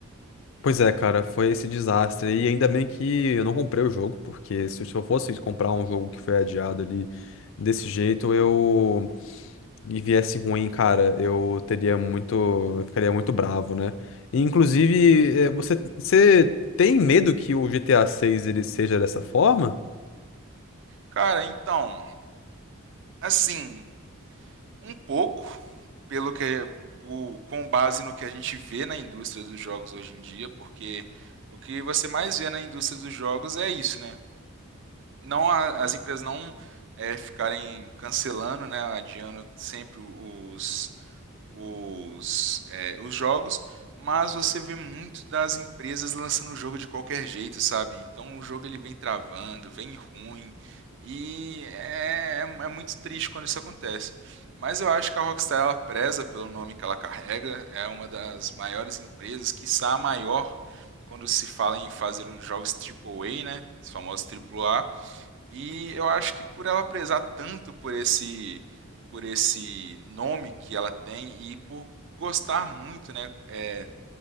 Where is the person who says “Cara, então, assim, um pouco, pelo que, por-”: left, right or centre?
Right